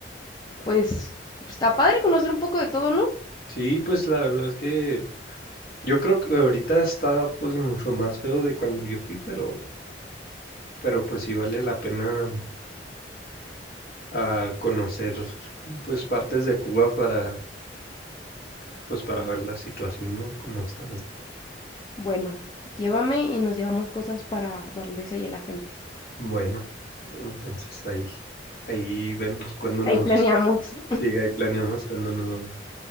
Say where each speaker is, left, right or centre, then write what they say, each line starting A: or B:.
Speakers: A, on the left; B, on the left.
A: pues está padre conocer un poco de todo, ¿no?
B: Sí, pues la verdad es que yo creo que ahorita está pues mucho más feo de cuando yo fui, pero, pero pues sí vale la pena ah, conocer pues partes de Cuba para pues para ver la situación, ¿no? Cómo está.
A: Bueno, llévame y nos llevamos cosas para darles ahí a la gente.
B: Bueno, entonces ahí, ahí vemos cuando nos,
A: Ahí planeamos.
B: sí, ahí planeamos cuando nos vamos.